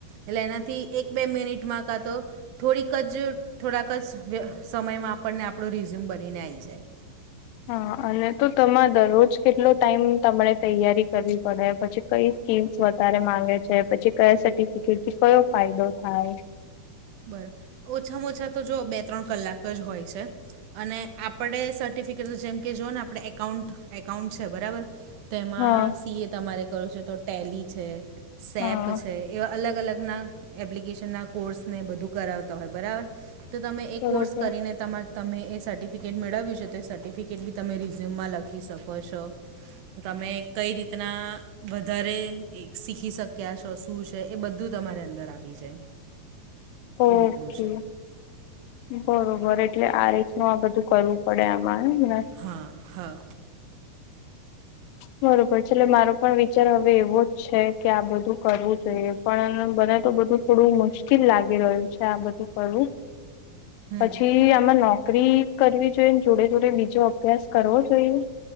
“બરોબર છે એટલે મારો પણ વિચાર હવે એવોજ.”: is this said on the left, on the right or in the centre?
Left